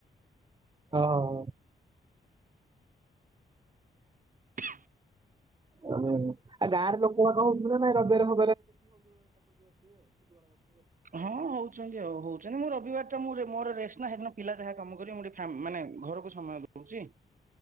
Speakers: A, on the right; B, on the right.
A: ହଁ ହଉ।
B: ହ
A: ଓ ଆ ଆାର ଲ କ ନାଇ ରଜରେ <inaudible>
B: ହଁ ହୋଉଚନ୍ତି ଆଉ ହୋଉଚନ୍ତି ମୁଁ ରବିବାର ଟା ମୁଁ ରେ ମୋରୋ ରେଷ୍ଟ ନା ହେଦୀନ ପିଲା ଯାହା କାମ କରିବେ ମୁଁ ଟିକେ ଫା ମାନେ ଘରୁକୁ ସମୟ ଦୋଉଚି